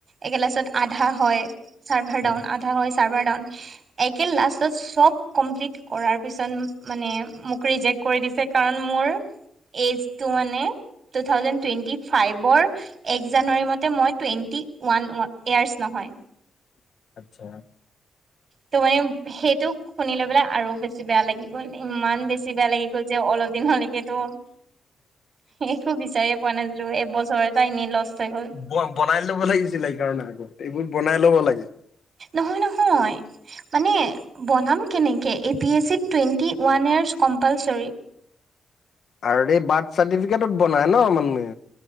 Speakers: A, on the right; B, on the left.
A: একে-ক্লাছত আধা হয় চাৰ্ভাৰ
B: উম
A: ডাউন আধা হয় চাৰ্ভাৰ ডাউন একেল লাষ্টত চব কম্পলিট কৰাৰ পিছত, মানে মোক ৰিজেণ্ট কৰি দিছে। কাৰণ মোৰ এইজটো মানে টু থাউজেন্ড টুৱেন্টি ফাইভৰ এক জানুৱাৰী মতে মই টুৱেন্টি ওৱান‌ অ-ইয়াৰ্ছ নহয়।
B: আচ্ছা।
A: ত' মানে সেইটো শুনি লৈ পেলাই আৰু বেছি বেয়া লাগি গ'ল নে। ইমান বেছি বেয়া লাগি গ'ল, যে অলপ দিন হলেগেতো, সেইটো বিচাৰিয়ে পোৱা নাছিলোঁ। এবছৰ এটা এনেই লষ্ট হৈ গ'ল।
B: ব বনাই ল'ব লাগিছিল সেইকাৰণে আগত এইবোৰ বনাই ল'ব লাগে।
A: নহয়-নহয়, মানে বনাব কেনেকে। এ পি এছ চিত টুৱেণ্টি ওৱান ইয়াৰ্ছ কম্পালছৰী।
B: আৰু এই বাৰ্থ চাৰ্টিফিকেটত বনাই ন' মানুহে।